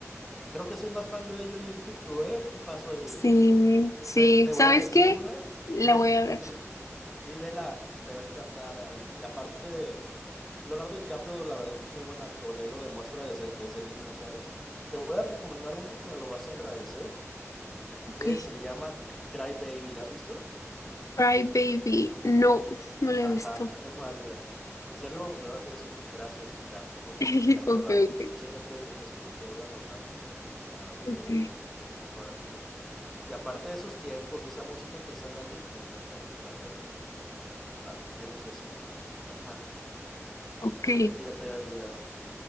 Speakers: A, in the centre; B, on the left.
A: Creo que soy más fan yo de Johnny Depp que tú, ¿eh? ¿Qué pasó ahí?
B: sí, sí.
A: Te, te voy
B: ¿Sabes
A: a decir
B: qué?
A: una
B: La
A: que,
B: voy a ver.
A: que sí, vela, te va a encantar. Al- Y aparte, Leonardo DiCaprio, la verdad, es muy buen actor y ahí lo demuestra desde, desde niño, ¿sabes? Te voy a recomendar una que me lo vas a agradecer,
B: Ok.
A: que se llama C- Cry Baby. ¿La has visto?
B: Cry Baby, no, no la
A: Ajá,
B: he visto.
A: es más, mira, en serio me vas a decir gracias, Carlos. por-
B: <laughs>
A: Ahí
B: Ok,
A: te va.
B: ok,
A: Chécate esto que te voy a mandar. A ver,
B: ok,
A: para que Y aparte de esos tiempos y esa música que sale ahí, me, me, me gusta. Ve, a- a- ¿quién es ese? <laughs> Ajá,
B: ok.
A: creo que ya te debe haber llegado.